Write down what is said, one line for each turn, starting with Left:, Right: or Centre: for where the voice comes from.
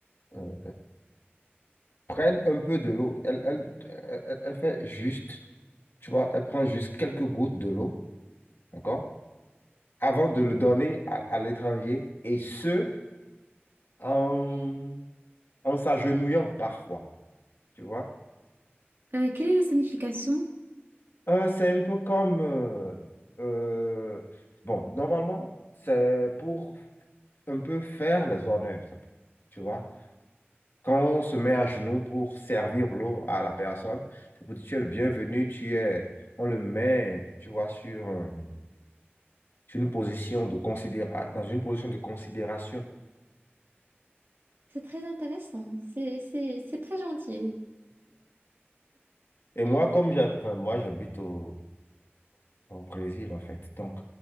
Left: euh, prenne un peu de l'eau. Elle, elle, elle, elle fait juste, tu vois, elle prend juste quelques gouttes de l'eau, d'accord? Avant de le donner à, à l'étranger, et ce, en, en s'agenouillant parfois, tu vois.
Right: Euh, quelle est la signification?
Left: Euh, c'est un peu comme, euh, euh, bon, normalement, c'est pour un peu faire les honneurs, tu vois. Quand on se met à genoux pour servir l'eau à la personne, c'est pour dire tu es le bienvenu, tu es, on le met, tu vois, sur, euh, sur une position de considéra dans une position de considération.
Right: C'est très intéressant. C'est, c'est, c'est très gentil.
Left: Et moi, comme j'ha- enfin, moi, j'habite au, au Brésil, en fait. Donc,